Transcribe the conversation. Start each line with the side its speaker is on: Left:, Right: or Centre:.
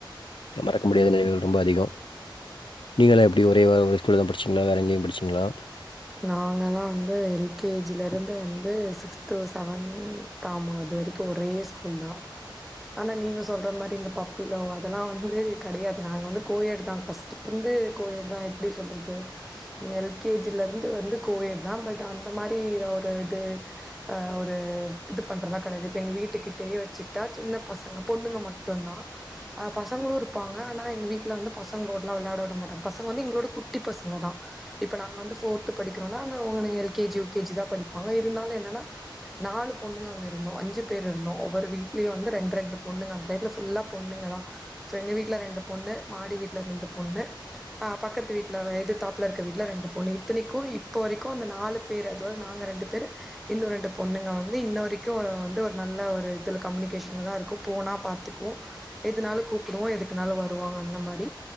Left: மறக்க முடியாத நெனைவுகள் ரொம்ப அதிகோ. நீங்கல்லா எப்டி ஒரே ஒரு ஸ்கூல்ல தா படிச்சிங்களா வேற எங்கயு படுச்சிங்களா?
Centre: நாங்கல்லா வந்து எல் கே ஜி ல இருந்து வந்து சிக்ஸ்து சவன்த் ஆமா அது வரைக்குயு ஒரே ஸ்கூல் தா. ஆனா நீங்க சொல்ற மாரி இந்த பப்பிலவ் அதெல்லா வந்து கெடையாது. நாங்க வந்து கோயட் தான் ஃபஸ்ட்ல இருந்து கோயட் தா. எப்டி சொல்றது எல் கே ஜி ல இருந் இருந்து து வந்து கோயட் தா. பட் அந்த மாரி ஒரு இது ஒரு இது பண்றதுதா கெடையாது. இப்ப எங்க வீட்டுக்கிட்டயே வெச்சுட்டா சின்ன பசங்க பொண்ணுங்க மட்டுதா. ஆ பசங்களு இருப்பாங்க, ஆனா எங்க வீட்ல வந்து பசங்களோடல்லா வெளயாட விட மாட்டாங்க. பசங்க வந்து எங்களவுட குட்டி பசங்க தா இப்ப நாங்க வந்து ஃபோர்த்து படிக்கிறோனா அது அவனுங்க L K G, U K G தா படிப்பாங்க. இருந்தாலு என்னன்னா நாலு பொண்ணுங்க அங்க இருந்தூ அஞ்சு பேர் இருந்தோ ஒவ்வொரு வீட்லயு வந்து ரெண்டு ரெண்டு பொண்ணுங்க அந்த டைத்துல ஃபுல்லா பொண்ணுங்க தா. சோ எங்க வீட்ல ரெண்டு பொண்ணு, மாடி வீட்ல ரெண்டு பொண்ணு, பக்கத்து வீட்ல எதுதாப்புல இருக்க வீட்ல ரெண்டு பொண்ணு இ இத்தனக்கு இப்பொ வரக்யு இந்த நாலு பேரு, அதுவா நாங்க ரெண்டு பேரு இந்த ஒரு ரெண்டு பொண்ணுங்க வந்து இன்ன வரக்யு வந்து ஒரு நல்ல ஒரு இதுல கம்யூனிகேஷன்ல தா இருக்கு, போனா பாத்தக்குவோ, எதுனாலு கூப்புடுவோ எதுக்குன்னாலு வருவாங்க, அந்த மாரி்.